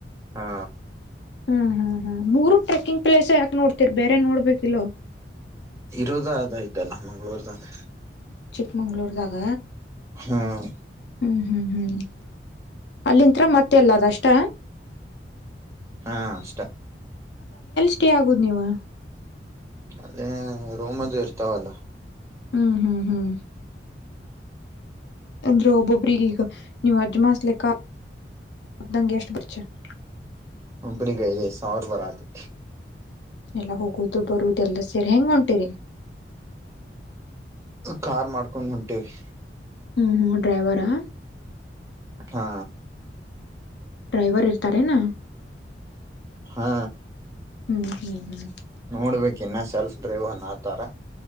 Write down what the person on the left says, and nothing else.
ಹ್ಮ್ ಹಾ ಹ್ಮ ಮೂರು ಟ್ರೆಕ್ಕಿಂಗ್ ಪ್ಲೇಸ್ ಯಾಕೆ ನೋಡ್ತರ್ ಬೇರೆ ನೋಡ್ಬೇಕ ಇಲ್ಲೋ
ಚಿಕ್ಮಂಗ್ಗಳೂರುದಾಗ
ಹ್ಮ್ ಹ್ಮ್ ಹ್ಮ್ ಅಲ್ಲಿತ್ರತ್ರ ಮತ್ತೆ ಎಲ್ಲ ಅದ ಅಷ್ಟ
ಅಷ್ಟೇ ಆಗುದ ನೀವು
ಹ್ಮ್ ಹ್ಮ್ ಹ್ಮ್ ಅಂದ್ರೋಬಬ್ಬರಿಗಿಗ ನೀವು ಅಜ್ಜ ಮಾಸಲೆಕ್ಕಾ ಅದ್ದಂಗೆ ಎಷ್ಟು <unintelligible>
ಎಲ್ಲಾ ಹೋಗುದು ಬರುದು ಎಲ್ಲ ಸೇರಿ ಹೆಂಗ ಹೊಂಟಿರಿ
ಹ್ಮ್ ಹ್ಮ್ ಡ್ರೈವರಾ
ಡ್ರೈವರ್ ಇರ್ತಾರೇನಾ
ಹ್ಮ್ ಹ್ಮ್ ಹ್ಮ್